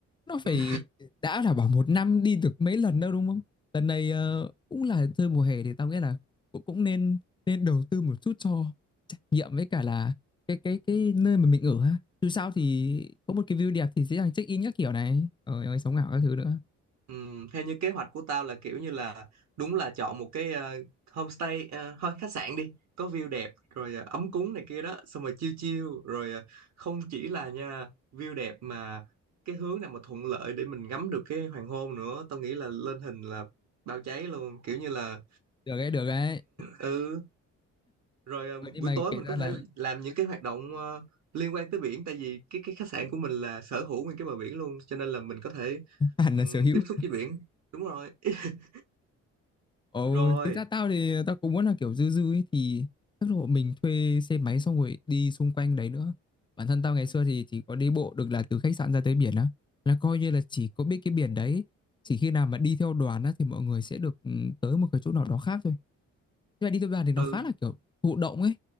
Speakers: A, on the left; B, on the right.
A: nó phải
B: Ừ.
A: đã là bảo một năm đi được mấy lần đâu đúng không lần này ờ, cũng là chơi mùa hè thì tao nghĩ là cũng cũng nên nên đầu tư một chút cho trải nghiệm với cả là cái cái cái nơi mà mình ở ha dù sao thì có một cái view đẹp thì dễ dàng check in các kiểu này ờ rồi sống ảo các thứ nữa
B: Ừm, theo như kế hoạch của tao là kiểu như là đúng là chọn một cái ờ, homestay ờ, thôi khách sạn đi có view đẹp rồi ờ, ấm cúng này kia đó xong rồi chill chill rồi ờ, không chỉ là nha view đẹp mà cái hướng nào mà thuận lợi để mình ngắm được cái hoàng hôn nữa tao nghĩ là lên hình là bao cháy luôn kiểu như là
A: được đấy được đấy
B: ừ rồi ờ,
A: Ờ, nhưng
B: buổi
A: mà
B: tối
A: kể
B: mình
A: ra
B: có thể
A: là
B: làm những cái hoạt động ờ, liên quan tới biển tại vì cái cái khách sạn của mình là sở hữu nguyên cái bờ biển luôn cho nên là mình có thể
A: <laughs> hẳn
B: ừm,
A: là sở hữu
B: tiếp xúc với biển đúng rồi <laughs>
A: Ồ,
B: rồi
A: tính ra tao thì tao cũng muốn là kiểu dư dư ấy thì chắc là bọn mình thuê xe máy xong rồi đi xung quanh đấy nữa. Bản thân tao ngày xưa thì chỉ có đi bộ được là từ khách sạn ra tới biển á. Là coi như là chỉ có biết cái biển đấy. Chỉ khi nào mà đi theo đoàn á thì mọi người sẽ được ừ, tới một cái chỗ nào đó khác thôi. Nhưng mà đi theo đoàn thì nó
B: ừ
A: khá là kiểu thụ động ấy.